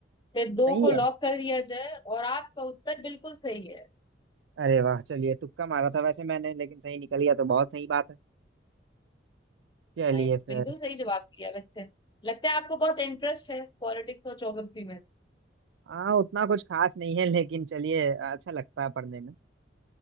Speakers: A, on the left; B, on the right.
A: फिर दो
B: सही
A: को
B: है
A: लॉक कर दिया जाए और आपका उत्तर बिल्कुल सही है
B: अरे वाह चलिए तुक्का मारा था वैसे मैंने लेकिन सही निकल गया तो बहुत सही बात है चलिए
A: हाँ, ये
B: फिर
A: बिल्कुल सही जवाब दिया वैसे लगता है आपको बहुत इंटरेस्ट है पॉलिटिक्स और ज्योग्राफी में
B: हाँ उतना कुछ खास नहीं है लेकिन चलिए अच्छा लगता है पढ़ने में